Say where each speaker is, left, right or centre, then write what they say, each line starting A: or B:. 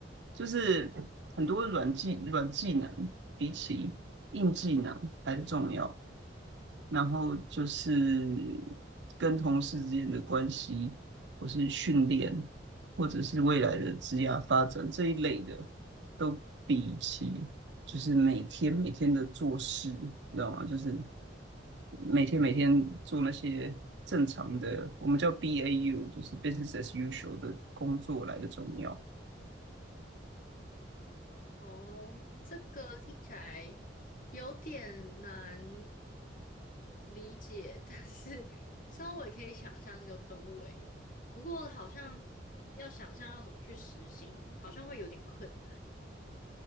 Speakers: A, on the right; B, on the left.
A: 就是很多软技软技能比起硬技能来的重要。然后就是跟同事之间的关系，或是训练，或者是未来的职业发展这一类的，都比起就是每天每天的做事，你知道吗？就是每天每天做那些正常的，我们叫 BAU，就是 business as usual 的工作来的重要。
B: 哦，这个听起来有点难理解，但是稍微可以想象那个氛围。不过好像要想象要怎么去实行，好像会有点困难。